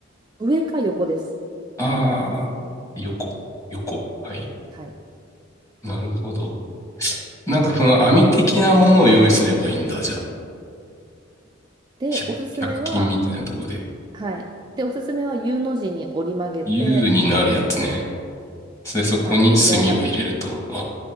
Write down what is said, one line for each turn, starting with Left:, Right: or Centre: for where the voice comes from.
Right: 上か横です。
Left: ああ、横、横。はい。
Right: はい。
Left: なるほど。なんかその網的なものを用意すればいいんだ。
Right: はい。上か横。
Left: じゃあ、
Right: で、
Left: 100、
Right: おすすめは、
Left: 均みたいなとこで。
Right: はい。で、おすすめは U の字に折り曲げて、
Left: U になるやつね。それそこに炭を入れると。
Right: はい、あの柔らかせて、
Left: あ